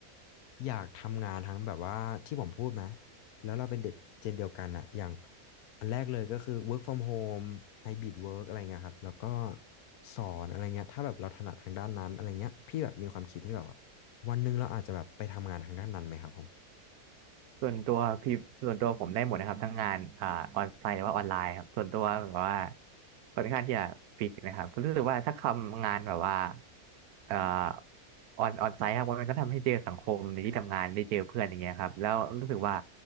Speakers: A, on the left; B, on the right.
A: อยากทำงานทั้งแบบว่าที่ผมพูดนะแล้วเราเป็นเด็กเจนเดียวกันอะอย่างอันแรกเลยก็คือ work from home hybrid work อะไรเงี้ยครับแล้วก็สอนอะไรเงี้ยถ้าแบบเราถนัดทางด้านนั้นอะไรเงี้ยพี่แบบมีความคิดที่แบบว่าวันหนึ่งเราอาจจะแบบไปทำงานทางด้านนั้นไหมครับผม
B: ส่วนตัวพี่ส่วนตัวผมได้หมดนะครับทั้งงานอ่าออนไซต์หรือว่าออนไลน์ครับส่วนตัวแบบว่าค่อนข้างที่จะฟิกนะครับรู้สึกว่าถ้าทำงานแบบว่าเอ่อออนออนไซต์ครับมันก็ทำให้เจอสังคมในที่ทำงานได้เจอเพื่อนอย่างเงี้ยครับแล้วรู้สึกว่า